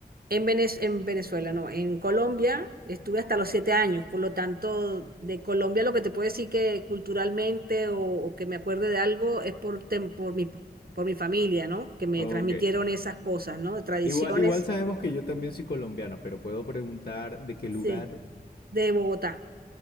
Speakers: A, on the right (about 65°); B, on the left (about 75°).
A: en Venez- en Venezuela, no, en Colombia estuve hasta los siete años, por lo tanto, de Colombia lo que te puedo decir que culturalmente o, o que me acuerde de algo es por, tem- por mi, por mi familia, ¿no? Que me
B: Ok.
A: transmitieron esas cosas, ¿no? Tradiciones,
B: Igual, igual sabemos que yo también soy colombiano, pero puedo preguntar de qué
A: sí,
B: lugar.
A: de Bogotá.